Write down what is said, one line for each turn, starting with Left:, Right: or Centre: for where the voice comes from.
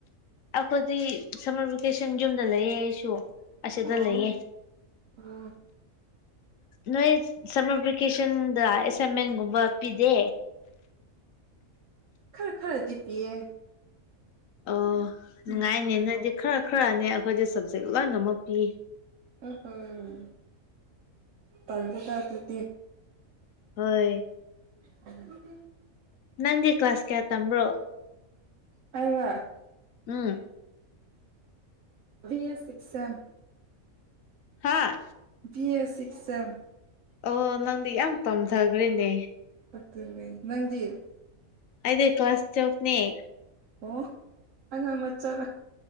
Left: ꯑꯩꯈꯣꯏꯗꯤ ꯁꯝꯃꯔ ꯚꯦꯀꯦꯁꯟ ꯌꯨꯝꯗ ꯂꯩꯌꯦ ꯑꯩꯁꯨ ꯑꯁꯦꯗ
Right: ꯑꯣ
Left: ꯂꯩꯌꯦ
Right: ꯑꯣ
Left: ꯅꯣꯏ ꯁꯝꯃꯔ ꯚꯦꯀꯦꯁꯟꯗ ꯑꯦꯁꯥꯏꯟꯃꯦꯟꯒꯨꯝꯕ ꯄꯤꯗꯦ
Right: ꯈꯔ ꯈꯔꯗꯤ ꯄꯤꯌꯦ
Left: ꯑꯣ ꯅꯨꯡꯉꯥꯏꯅꯦ
Right: ꯎꯝ
Left: ꯅꯣꯏꯗꯤ ꯈꯔ ꯈꯔꯅꯦ ꯑꯩꯈꯣꯏꯗ ꯁꯞꯖꯦꯛ ꯂꯣꯏꯅꯃꯛ ꯄꯤ
Right: ꯑ‌ꯣ ꯍ‌ꯣ ꯇꯜꯂ‌ꯦꯗ ꯑꯗꯨꯗꯤ
Left: ꯍꯣꯏ
Right: <unintelligible>
Left: ꯅꯪꯗꯤ ꯀ꯭ꯂꯥꯁ ꯀꯌꯥ ꯇꯝꯕ꯭ꯔꯣ
Right: ꯑꯩꯔ‌ꯣ
Left: ꯎꯝ
Right: ꯕꯤ ꯑꯦ ꯁꯤꯛ ꯁ‌‌ꯦꯝ
Left: ꯍꯥꯥ
Right: ꯕꯤ ꯑꯦ ꯁꯤꯛ ꯁ‌ꯦꯝ
Left: ꯑꯣ ꯅꯪꯗꯤ ꯌꯥꯝ ꯇꯝꯊꯒ꯭ꯔꯦꯅꯦ
Right: ꯐꯠꯇ‌ꯦꯅꯦ ꯅꯪꯗꯤ
Left: ꯑꯗꯤ ꯀ꯭ꯂꯥꯁ ꯇꯨꯋ‌꯭‌ꯦꯜꯐ ꯅ‌ꯦ
Right: ꯑꯣ ꯑꯉꯥꯡ ꯃꯆꯥꯔꯥ